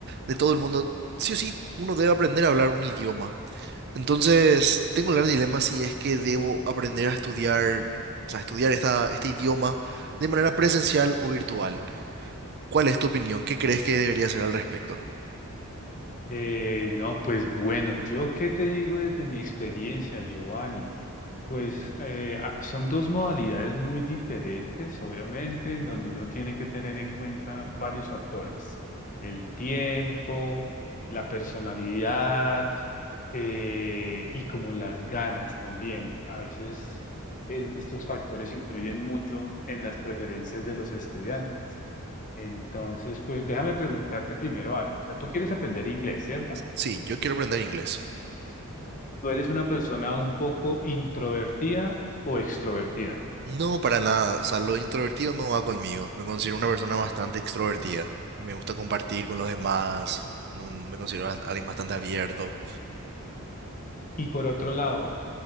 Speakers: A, on the right (about 45°); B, on the left (about 35°).
A: de todo el mundo. Sí o sí, uno debe aprender a hablar un idioma. Entonces, tengo el gran dilema si es que debo aprender a estudiar, o sea, estudiar esta, este idioma de manera presencial o virtual. ¿Cuál es tu opinión? ¿Qué crees que debería hacer al respecto?
B: Eh, no, pues bueno, yo qué te digo desde mi experiencia, Giovanni. Pues eh, a- son dos modalidades muy diferentes, obviamente, en donde uno tiene que tener en cuenta varios factores, el tiempo, la personalidad eh, y como las ganas también. A veces eh, estos factores influyen mucho en las preferencias de los estudiantes. Entonces, pues déjame preguntarte primero algo. O sea, tú quieres
A: Ujú.
B: aprender inglés, ¿cierto?
A: Sí, yo quiero aprender inglés.
B: ¿Tú eres una persona un poco introvertida o extrovertida?
A: No, para nada. O sea, lo introvertido no va conmigo. Me considero una persona bastante extrovertida. Me gusta compartir con los demás. no- Me considero bast- alguien bastante abierto.
B: Y por otro lado,